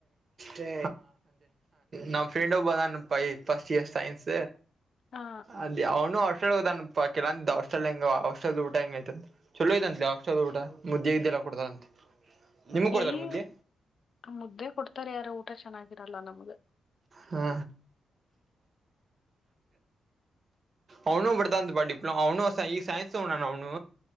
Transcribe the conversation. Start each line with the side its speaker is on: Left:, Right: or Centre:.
Right: ಅೇ ನಮ್ ಫ್ರೆಂಡ ಬಂದ ಪ ಫಸ್ಟ್ ಇ ಸೈನ್ಸ್
Left: ಹಾ
Right: ಅದ ಅವನು ಕೆಲ ಅಿದ್ದಸ್ೆಲ್ ಹೆಂಗ ಹೆಲ್ ಊಟ ಹೆಂಗೈಐತ ಚಲೋ ಐತ ಅತ್ ಹಟೆಲ್ ಊಟ ಮುದ್ದೆ ಇದ್ದ ಕೊಡ್ತಾರಂತೆ ನಿಮ ಕೊಡತಾರ
Left: ಏ ಈ
Right: ಮುದ್ದೆ
Left: ಮುದ್ದೆ ಕೊಡ್ತಾರೆ ಯಾರು ಊಟ ಚೆನ್ನಾಗಿರಲ್ಲ ನಮಗೆ
Right: ಹಾ ಅವನು ಅತಾ ಅಂದು ಬಾಟಿಪ್ಲ ಅವನುಸ ಈ ಸೈನ್ಸ ಅವ ನಾನು ಅವನು